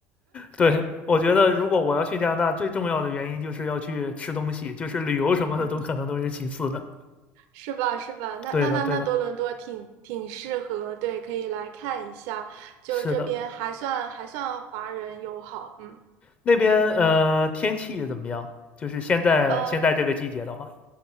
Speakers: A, on the left (about 25°); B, on the right (about 70°).
A: 对，我觉得如果我要去加拿大，最重要的原因就是要去吃东西，就是旅游什么的都可能都是其次的。
B: 嗯，是吧？是吧？那那那那多伦多挺挺适合，
A: 对的对的，
B: 对，可以来看一下。就这边还算还算华人友好，
A: 是的。
B: 嗯。
A: 那边呃天气怎么样？就是现在现在这个季节的话，
B: 呃，